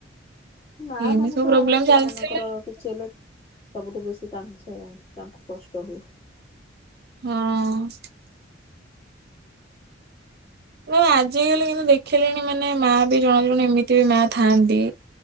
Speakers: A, on the left (about 35°); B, on the right (about 55°).
A: ମା
B: ଏମିତି
A: ମାନେ
B: ସବୁ
A: ତ
B: ପ୍ରୋବ୍ଲେମ
A: ଛୁଆମାନଙ୍କର
B: ଚାଲିଥିଲା
A: କିଛି ହେଲେ ସବୁଠୁ ବେଶୀ ତାଙ୍କୁ ସେ ତାଙ୍କୁ କଷ୍ଟ ହୁଏ।
B: ହଁ। ନା ଆଜି କାଲି କିନ୍ତୁ ଦେଖିଲେଣି ମାନେ ମା ବି ଜଣେ ଜଣେ ଏମିତି ବି ମା ଥାଆନ୍ତି।